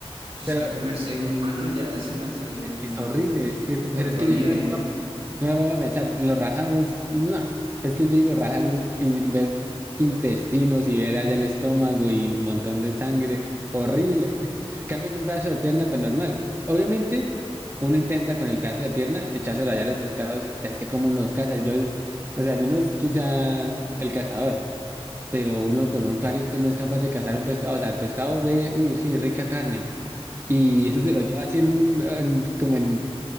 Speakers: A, on the right (about 70°); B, on the right (about 25°).
A: si
B: <laughs> Pero,
A: es que comerse un humano ya <laughs> se me hace muy
B: Es horrible, es que, es-
A: otro
B: pero es que
A: nivel.
B: yo digo, me pongo a, pe- yo me pongo a pensar, lo rajamos y no, es que yo digo rajar un- y, y ver intestinos y ver allá el estómago y un montón de sangre, horrible. <laughs> Cambio que un pedazo de pierna, pues normal. Obviamente, uno intenta con el pedazo de pierna echárselo allá a los pescados, pero es que como uno los caza, yo, o sea, yo no es que sea el cazador, pero uno con un palito no es capaz de cazar un pescado, o sea, el pescado ve, uy, sí, rica carne. Y eso se lo lleva así en un, en- como en